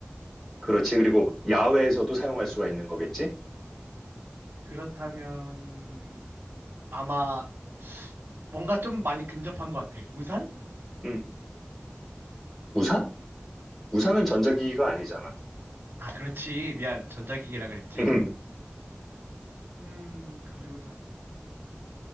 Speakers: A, in the centre; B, on the right.
A: 그렇지. 그리고 야외에서도 사용할 수가 있는 거겠지?
B: 그렇다면, 아마 뭔가 좀 많이 근접한 것 같아. 우산?
A: 음, 우산? 우산은 전자기기가 아니잖아.
B: 아, 그렇지. 미안. 전자기기라 그랬지.
A: <laughs> 음,
B: 음, 가지고 다니고.